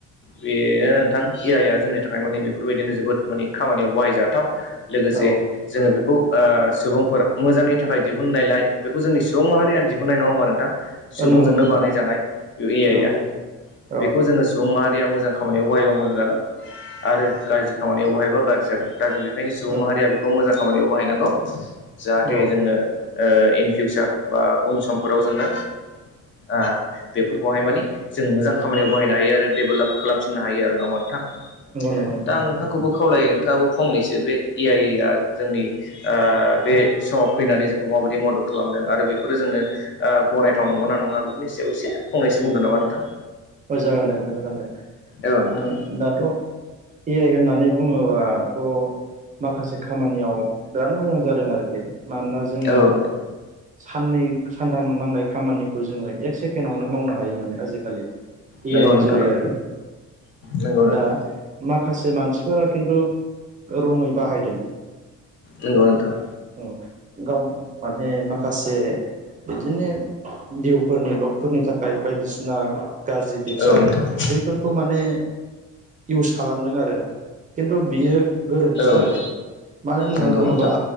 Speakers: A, on the left; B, on the right.
A: बेनो नोंथां ए आइआ जोंनि थाखाय माने बेफोरबायदिनो जोबोद माने खामानियाव बाहायजाथाव लोगो
B: औ
A: से जोङो बेखौ ओ सुबुंफोरा मोजांनि थाखाय दिहुननायलाय बेखौ जोंनि सुबुं माहारियानो दिहुन नाय नङा होमबा नोंथां सुबुंजोंनो
B: औ नंगौ नंगौ
A: बानायजानाय ए आइ
B: औ
A: आ
B: औ
A: बेखौ जोङो सुबुं माहारिया मोजां खामानियाव बाहायबा मोजां जागोन आरो गाज्रि खामानियाव बाहायबा गाज्रि जागोन। दा जों बेखायनो सुबुं
B: औ
A: माहारिया बेखौ मोजां खामानियाव बाहायनांगौ जाहाथे
B: नंगौ
A: जोंनो ओ इन फिउसा र बा उन समफोराव जोंनो आ बेफोरखौहाय मानानि जों मोजां खामानियाव बाहायनो हायो आरो डेभेलप खालामफिननो हायो आरो नङा होमबा नोंथां
B: नंगौ नोंथां
A: दा आं
B: नंगौ
A: नोंथांखौबो खावलायो। नोंथाबो फंनैसो बे ए आइआ जोंनि ओ बे समाव फैनानै जोंखौ माबायदि मदद खालामदों आरो बेफोरो जोंनो ओ गनायथाव नंगौना नङा बेफोरनि सायाव एसे फंनैसो बुंदों नामा नोंथां?
B: अ जागोन दे नोंथां जागोन दे।
A: औ नोंथां
B: माने दाथ' ए आइ होननानै बुङोबाथ' माखासे खामानियाव बिराद मोजां जादों आरोखि मानोना जोङो
A: औ नोंथां
B: साननै सानथाम नांनाय खामानिखौ जोङो एक सेकेणडआवनो मावनो हायो माने आजिखालि ए
A: नंगौ
B: आइ नि
A: नोंथां
B: जुरै आरो
A: नंगौ नोंथां
B: दा माखासे मानसिफोरा खिन्थु रङै बाहायदों
A: नंगौ नोंथां
B: औ गाव माने माखासे बिदिनो भिउफोरनि लबफोरनि थाखाय बायदिसिना गाज्रि पिकचार
A: औ नोंथां
B: बैफोरखौ माने इउस खालामदों आरो खिन्थु बियो गोरोन्थि जादों
A: औ।
B: मानो होननानै
A: नंगौ
B: बुङोबा
A: नोंथां